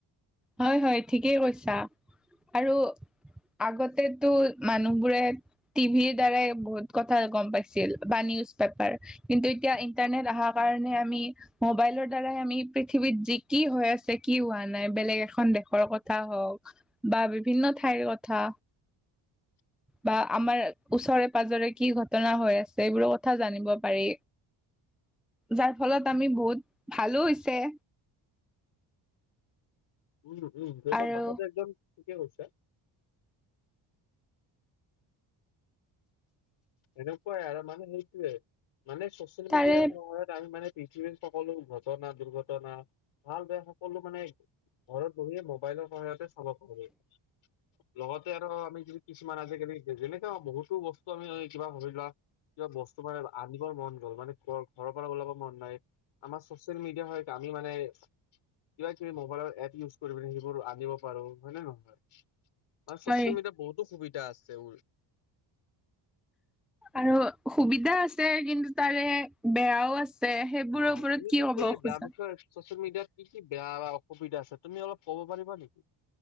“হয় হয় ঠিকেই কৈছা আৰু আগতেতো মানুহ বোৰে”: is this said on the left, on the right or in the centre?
Centre